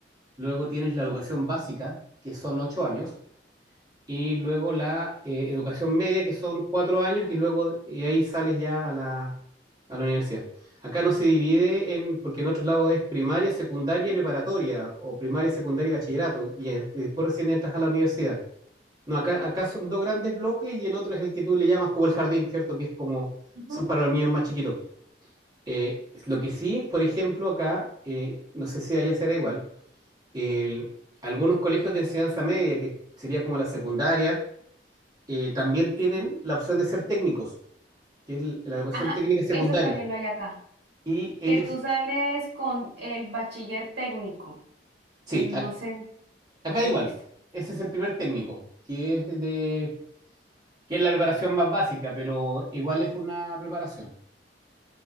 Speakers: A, on the right; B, on the right.
A: Luego tienes la educación básica, que son ocho años, y luego la eh, educación media, que son cuatro años, y luego de ahí sales ya a la, a la universidad. Acá no se divide en, porque en otros lados es primaria, secundaria y preparatoria, o primaria, secundaria y bachillerato, y, y después recién entras a la universidad. No, acá, acá son dos grandes bloques y el otro es el que tú le llamas como el jardín, ¿cierto? Que es como,
B: Ujú,
A: son para los niños más chiquitos. Eh, lo que sí, por ejemplo, acá, eh, no sé si allá será igual, el- algunos colegios de enseñanza media, que sería como la secundaria, eh, también tienen
B: ujú.
A: la opción de ser técnicos, que es la educación
B: Ajá,
A: técnica secundaria.
B: eso también lo hay acá.
A: Y ellos,
B: Que tú sales con el bachiller técnico.
A: sí,
B: No
A: a-
B: sé.
A: Acá
B: Ok,
A: igual,
B: listo.
A: ese es el primer técnico, que es de, que es la preparación más básica, pero igual es una preparación.